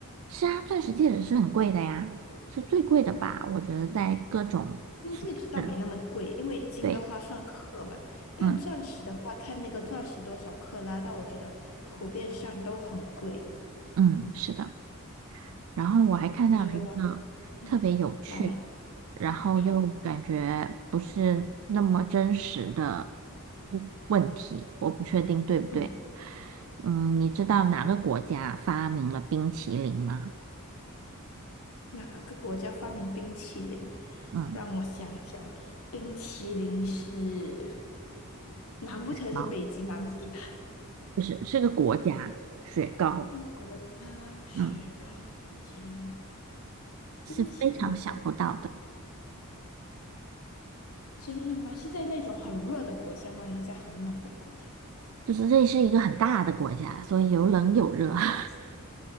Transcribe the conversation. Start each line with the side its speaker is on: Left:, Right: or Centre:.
Right: 是啊，钻石戒指是很贵的呀，是最贵的吧？我觉得在各种首饰里，
Left: 金戒指倒没那么贵，因为金的话算克嘛，
Right: 对，
Left: 但钻石的话看那个钻石多少克拉，
Right: 嗯
Left: 但我觉得普遍上都很贵。
Right: 嗯，是的。然后我还看到了一个特别有趣，
Left: 我觉得，嗯，来，
Right: 然后又感觉不是那么真实的
Left: 好，
Right: 嗯问题，我不确定对不对。
Left: 嗯。
Right: 嗯，你知道哪个国家发明了冰淇淋吗？
Left: 哪个国家发明冰淇淋？
Right: 嗯，
Left: 让我想想，冰淇淋是，难不成是北极、
Right: 好，
Left: 南极？
Right: 就是是个国家，雪糕，
Left: 嗯，国家雪糕、
Right: 嗯，
Left: 冰淇淋、
Right: 是非常想不到的。
Left: 冰淇淋，真的吗？是在那种很热的国家吗？还是在很冷的国家？
Right: 就是这是一个很大的国家，所以有冷有热。<laughs>